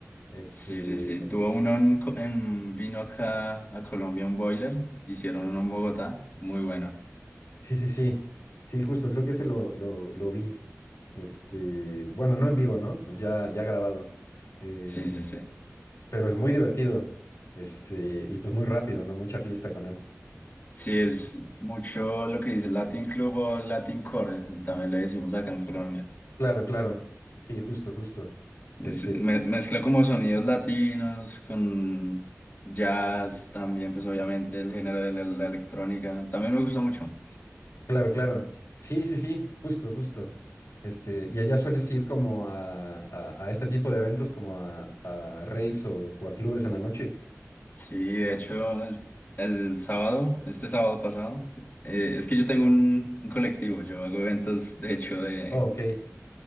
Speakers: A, on the left; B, on the left.
A: Este.
B: Sí, sí, sí. Tuvo uno en, Co- en- vino acá a Colombia, un boiler. Hicieron uno en Bogotá. Muy bueno.
A: Sí, sí, sí. Sí, justo, creo que ese lo, lo, lo vi. Este, bueno, no en vivo, ¿no? Pues ya, ya grabado. Eh,
B: Sí, sí, sí.
A: pero es muy divertido. Este, y pues muy rápido, ¿no? Mucha fiesta con él.
B: Sí, es mucho lo que dice Latin Club o Latin Core. También le decimos acá en Colombia.
A: Claro, claro. Sí, justo, justo.
B: Es-
A: Este,
B: me- mezcla como sonidos latinos con jazz también, pues obviamente el género de la, la electrónica. También me gusta mucho.
A: claro, claro. Sí, sí, sí, justo, justo. Este, y allá sueles ir como a, a, a este tipo de eventos, como a, a raves o, o a clubes en la noche.
B: Sí, de hecho, el, el sábado, este sábado pasado, eh, es que yo tengo un, un colectivo, yo hago eventos, de hecho, de,
A: Oh, ok,